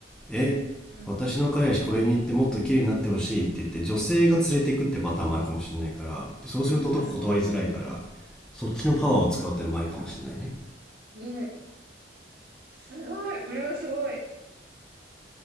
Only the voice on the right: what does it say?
うん、うん、うん、う
ん。ねすごい、これはすごい。